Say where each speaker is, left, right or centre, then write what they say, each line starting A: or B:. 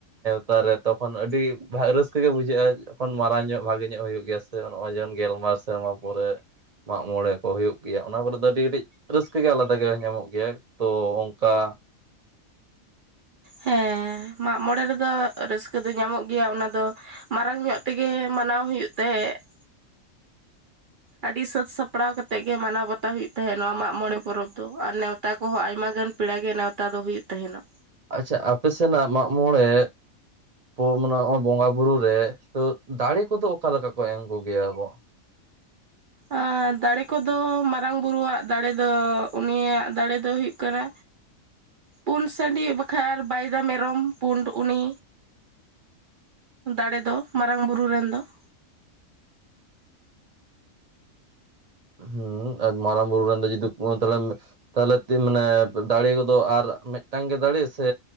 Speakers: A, on the right; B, on the right.
A: ᱟᱨ ᱛᱚᱠᱷᱚᱱ ᱚᱡᱟ ᱨᱟᱹᱮ ᱛᱚᱠᱷᱚᱱ ᱟᱹᱰᱤ ᱵᱷᱟ ᱨᱟᱹᱥ ᱠᱟᱹ ᱜᱮ ᱵᱩᱡᱷᱟᱹᱜᱼᱟ ᱡᱚᱠᱷᱚᱱ ᱢᱟᱨᱟᱝ ᱧᱚᱜ ᱵᱷᱟᱜᱮ ᱧᱚᱜ ᱦᱳᱭᱳᱜ ᱜᱮᱭᱟ ᱥᱮ ᱱᱚᱜᱼᱚᱭ ᱡᱮᱱ ᱜᱮᱞᱢᱟᱨ ᱥᱮᱨᱢᱟ ᱯᱚᱨᱮ ᱢᱟᱸᱜ ᱢᱚᱬᱮ ᱠᱚ ᱦᱳᱭᱩᱜ ᱜᱮᱭᱟ ᱚᱱᱟ ᱠᱚᱨᱮ ᱫᱚ ᱟᱹᱰᱤ ᱠᱟᱹᱴᱤᱡ ᱨᱟᱹᱥᱠᱟᱹ ᱜᱮ ᱟᱞᱟᱫᱟ ᱜᱮ ᱧᱟᱢᱚᱜ ᱜᱮᱭᱟ ᱛᱚ ᱚᱝᱠᱟ
B: ᱦᱮᱸ ᱢᱟᱸᱜ ᱢᱚᱬᱮ ᱨᱮᱫᱚ ᱨᱟᱹᱥᱠᱟᱹ ᱫᱚ ᱧᱟᱢᱚᱜ ᱜᱮᱭᱟ ᱚᱱᱟ ᱫᱚ ᱢᱟᱨᱟᱝ ᱧᱚᱜ ᱛᱮᱜᱮ ᱢᱟᱱᱟᱣ ᱦᱩᱭᱩᱜ ᱛᱟᱦᱮᱜ ᱾ ᱟᱰᱤ ᱥᱟᱹᱛ ᱥᱟᱯᱲᱟᱣ ᱠᱟᱛᱮᱜ ᱜᱮ ᱢᱟᱱᱟᱣ ᱵᱟᱛᱟᱣ ᱦᱩᱭᱩᱜ ᱛᱟᱦᱮᱸᱜ ᱱᱚᱣᱟ ᱢᱟᱸᱜ ᱢᱚᱬᱮ ᱯᱚᱨᱚᱵᱽ ᱫᱚ ᱟᱨ ᱱᱮᱣᱛᱟ ᱠᱚᱸᱦᱚᱸ ᱟᱭᱢᱟ ᱜᱟᱱ ᱯᱮᱲᱟ ᱜᱮ ᱱᱮᱶᱛᱟ ᱫᱚ ᱦᱩᱭᱩᱜ ᱛᱟᱦᱮᱱᱚᱟ ᱾
A: ᱟᱪᱪᱷᱟ ᱟᱯᱮ ᱥᱮᱱᱟᱜ ᱢᱟᱸᱜ ᱢᱚᱬᱮ ᱯᱳ ᱢᱟᱱᱮ ᱱᱚᱜᱼᱚᱭ ᱵᱚᱸᱜᱟ ᱵᱩᱨᱩ ᱨᱮ ᱛᱚ ᱫᱟᱲᱮ ᱠᱚᱫᱚ ᱚᱠᱟ ᱞᱮᱠᱟ ᱠᱚ ᱮᱢ ᱠᱚᱜᱮᱭᱟ ᱠᱚ?
B: ᱮᱸ ᱫᱟᱲᱮ ᱠᱟᱫᱚ‌ ᱢᱟᱨᱟᱝ ᱵᱩᱨᱩᱣᱟᱜ ᱫᱟᱲᱮ ᱫᱚ ᱩᱱᱤᱭᱟᱜ ᱫᱟᱲᱮ ᱫᱚ ᱦᱩᱭᱩᱜ ᱠᱟᱱᱟ‌
A: <unintelligible>
B: ᱯᱩᱸᱰ ᱥᱟᱺᱰᱤ ᱵᱟᱠᱷᱟᱡ ᱟᱨ ᱵᱟᱭᱫᱟ ᱢᱮᱨᱚᱢ ᱯᱩᱸᱰ ᱩᱱᱤ ᱫᱟᱲᱮ ᱫᱚ ᱢᱟᱨᱟᱝ ᱵᱩᱨᱩ ᱨᱮᱱ ᱫᱚ ᱾
A: ᱦᱩᱸ ᱮᱠ ᱢᱟᱨᱟᱝ ᱵᱩᱨᱩ ᱨᱮᱱᱫᱚ ᱡᱩᱫᱤ <unintelligible> ᱛᱟᱦᱞᱮ ᱛᱤᱱ ᱢᱟᱱᱮ ᱫᱟᱲᱮ ᱜᱚᱫᱚᱜ ᱟᱨ ᱢᱤᱫᱴᱟᱝ ᱜᱮ ᱫᱟᱲᱮ ᱥᱮ